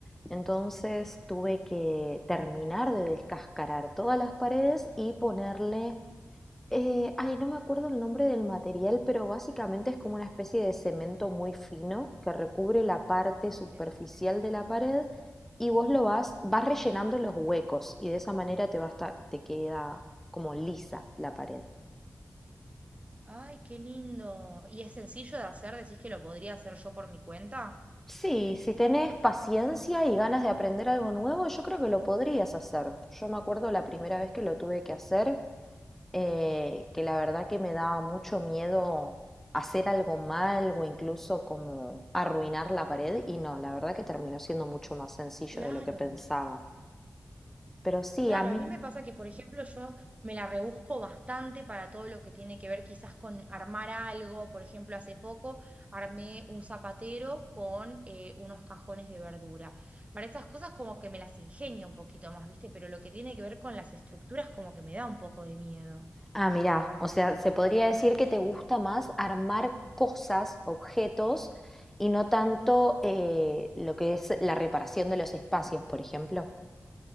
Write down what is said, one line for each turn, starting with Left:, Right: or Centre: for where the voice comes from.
Centre: Entonces tuve que terminar de descascarar todas las paredes y ponerle Eh, ay, no me acuerdo el nombre del material, pero básicamente es como una especie de cemento muy fino que recubre la parte
Right: Ok.
Centre: superficial de la pared y vos lo vas, vas rellenando los huecos y de esa manera te va a estar- te queda como lisa la pared.
Right: Ay, qué lindo. ¿Y es sencillo de hacer? ¿Decís que lo podría hacer yo por mi cuenta?
Centre: Sí, si tenés paciencia y ganas de aprender algo nuevo, yo creo que lo podrías hacer. Yo me acuerdo la primera vez que lo tuve que hacer, eh, que la verdad que me daba mucho miedo hacer algo mal o incluso como arruinar la pared y no, la verdad que terminó siendo mucho más sencillo
Right: Claro.
Centre: de lo que pensaba. Pero sí,
Right: Claro,
Centre: a mí,
Right: a mí me pasa que, por ejemplo, yo me la rebusco bastante para todo lo que tiene que ver quizás con armar algo. Por ejemplo, hace poco armé un zapatero con eh, unos cajones de verdura. Para esas cosas como que me las ingenio un poquito más, ¿viste? Pero lo que tiene que ver con las estructuras como que me da un poco de miedo.
Centre: ah, mirá, o sea, se podría decir que te gusta más armar cosas, objetos y no tanto eh, lo que es la reparación de los espacios, por ejemplo.